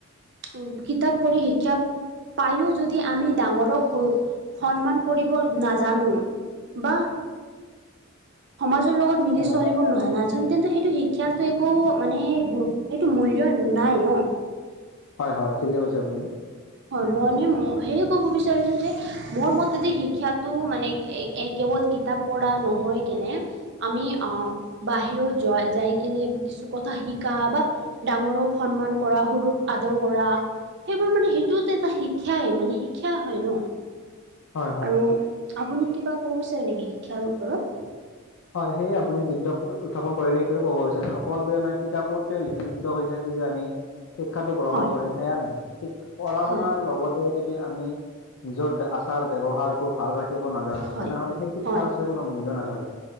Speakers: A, on the right; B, on the left.
A: উ কিতাপ পঢ়ি শিক্ষা পায়ো যদি আমি ডাঙৰক সন্মান কৰিব নাজানো বা সমাজৰ লগত
B: হয়।
A: মিলি চলিব নোৱাৰা নানাজো তেন্তে সেইটো শিক্ষাত তো একো মানে গ এইটো মূল্য নাই ন
B: হয় হয় ঠিকে কৈছে আপুনি
A: হয় মই মানে সেয় ক'ব বিচাৰিছো যে মোৰ মতেদি শিক্ষাটো মানে এক কেৱল কিতাপ পঢ়া নহৈ কেনে আমি অহ বাহিৰত যোৱা যাই কিনে কিছু কথা শিকা বা ডাঙৰক সন্মান কৰা সৰুক আদৰ কৰা সেইবোৰ মানে সেই টোত এটা শিক্ষাই মানে শিক্ষা হয় ন
B: হয় হয়।
A: আৰু আপুনি কিবা ক'ব বিচাৰে নেকি শিক্ষাৰ ওপৰত
B: হয় সেয়ে আপুনি যোনটো উই উত্থাপন কৰিলে সেইটোৱে ক'ব বিচাৰো অকল যে মানে কিতাপতে লিপিবদ্ধ হৈ থাকি যে আমি শিক্ষাটো গ্ৰহণ
A: হয়
B: কৰিম সেয়া নহয়, শিক পঢ়া -
A: হয়
B: শুনাৰ লগত তে যদি আমি নিজৰ আচাৰ ব্যৱহাৰটো ভাল ৰাখিব নাজানো
A: হয়
B: তেনেহলে সেই শিক্ষাৰ
A: হয়
B: তে কোনো মূল্য নাথাকে,